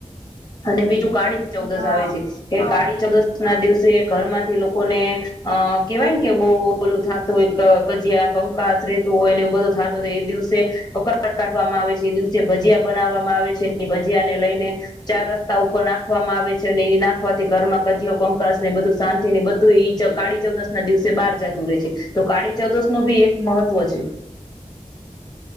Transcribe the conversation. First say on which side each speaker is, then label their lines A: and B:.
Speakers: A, on the left; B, on the left.
A: અને બીજું કાળી. ચૌદશ
B: હા
A: આવે છે
B: આ
A: એ કાળી
B: વાત તો
A: ચૌદશ
B: છે.
A: ના દિવસે ઘર માંથી લોકોને અ કેવાય ને કે બહ ઓલું થતું હોય કજીયા, કંકાસ, રેતું હોય ને બધું થતું હોય એ દિવસે પકડ કાઢવામાં આવે છે એ દિવસે ભજીયા. બનાવવામાં આવે છે. ભજીયા ને લઈને ચાર રસ્તા ઉપર નાખવામાં આવે છે અને એ નાખવાથી ઘરમાં કજીઓ, કંકશ ને બધું શાંતિ ને બધું કાળી ચૌદશ ના દિવસે બહાર જતું રહે છે તો કાળી ચૌદશ નું ભી એક મહત્વ છે.